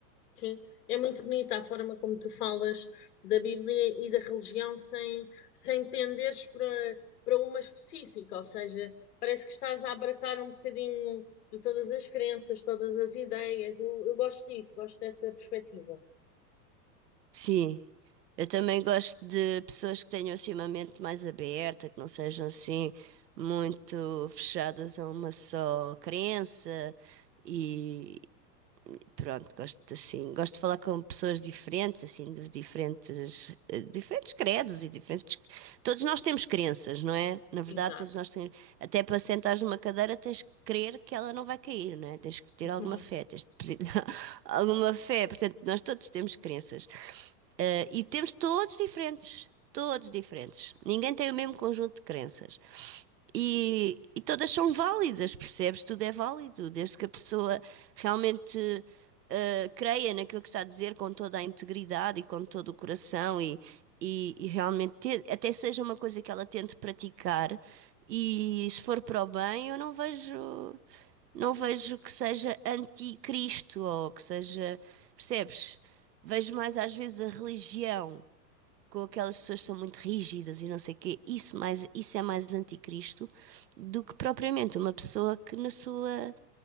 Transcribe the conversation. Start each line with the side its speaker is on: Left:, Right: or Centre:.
Left: Sim, é muito bonita a forma como tu falas da Bíblia e da religião sem, sem penderes para, para uma específica, ou seja, parece que estás a abarcar um bocadinho de todas as crenças, todas as ideias. Eu, eu gosto disso, gosto dessa perspectiva.
Right: Sim. Eu também gosto de pessoas que tenham assim uma mente mais aberta, que não sejam assim muito fechadas a uma só crença e, pronto, gosto assim, gosto de falar com pessoas diferentes, assim, de diferentes, eh, diferentes credos e diferentes. Todos nós temos crenças, não é? Na verdade,
Left: Exato.
Right: todos nós temos. Até para sentares numa cadeira tens que crer que ela não vai cair, não é? Tens que ter
Left: <laughs>
Right: alguma fé, tens de posi- <laughs> alguma fé. Portanto, nós todos temos crenças. Uh, e temos todos diferentes, todos diferentes. Ninguém tem o mesmo conjunto de crenças. E, e todas são válidas, percebes? Tudo é válido, desde que a pessoa realmente uh, creia naquilo que está a dizer com toda a integridade e com todo o coração e, e, e realmente te, até seja uma coisa que ela tente praticar. E se for para o bem, eu não vejo não vejo que seja anticristo ou que seja, percebes? Vejo mais às vezes a religião, com aquelas pessoas que são muito rígidas e não sei o quê, isso, mais, isso é mais anticristo do que propriamente uma pessoa que na sua